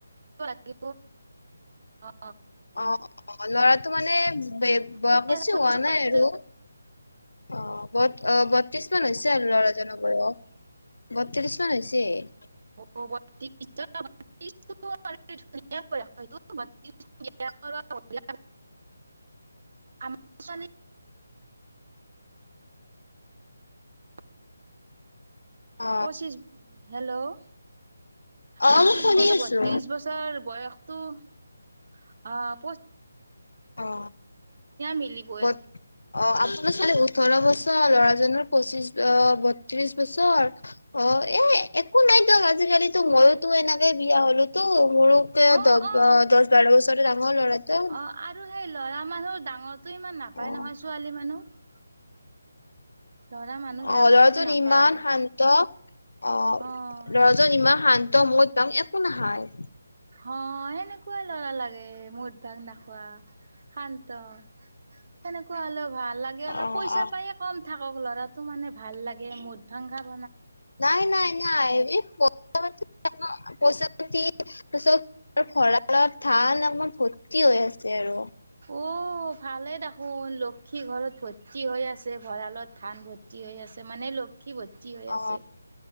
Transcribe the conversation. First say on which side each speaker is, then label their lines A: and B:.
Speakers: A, on the right; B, on the left.
A: এই অঁ
B: অঁ অঁ ল'ৰাটো মানে বয়স
A: পঁচিছ
B: বেছি হোৱা নাই আৰু। অঁ অঁ বত্ৰিশ মান হৈছে, আৰু ল'ৰাজনৰ বয়স বত্ৰিশ মান হৈছে! <inaudible>
A: অ ব বি <unintelligible> <unintelligible> <unintelligible> <unintelligible> <unintelligible> <unintelligible> আমাৰ ছোৱালী <unintelligible>
B: অ
A: পঁচিছ, হেল্ল',
B: অ
A: পঁচিশ
B: মই শুনি
A: বছৰ,
B: আছো
A: বত্ৰিশ বছৰ বয়সতটো অঁ পচ
B: অঁ
A: মিলিবই
B: ব অঁ আপোনাৰ ছোৱালীৰ <unintelligible> ওঠৰ বছৰ ল'ৰাজনৰ পঁচিশ বত্ৰিশ বছৰ অ এ একো নাই <unintelligible> নাইটো আজিকালিটো মইওঁ মইটো এনেকে বিয়া হলোটো মোৰো
A: অ'
B: দহ-বাৰ
A: অ'
B: বছৰ ডাঙৰ ল'ৰাটো।
A: অ' আৰু সেই ল'ৰা মানুহ ডাঙৰটো ইমান নাপাই
B: অ
A: নহয় ছোৱালী মানুহ। ল'ৰা মানুহ ডাঙৰটো
B: অঁ লৰাজন
A: নাপায়
B: ইমান শান্ত। অঁ
A: অ'
B: লৰাজন ইমান শান্ত মদ, ভাং একো নাখায়।
A: অঁ সেনেকুৱাই লৰা লাগে, মদ ভাং নাখোৱা শান্ত। সেনেকুৱা অলপ ভাল লাগে অলপ
B: অ
A: পইচা
B: অ
A: পায় কম থাকক ল'ৰাটো মানে ভাল লাগে মদ ভাং খাবা
B: নাই, নাই, নাই এ পইচাটো তাৰপাছত ভৰালত ধান অকমান ভৰ্তি হৈ আছে আৰু।
A: অঁ ভালেই দেখোন লক্ষী ঘৰত ভৰ্তি হৈ আছে ভঁৰালত ধান ভৰ্তি হৈ আছে মানে ল ক্ষ্মী ভৰ্তি হৈ
B: অ
A: আছে,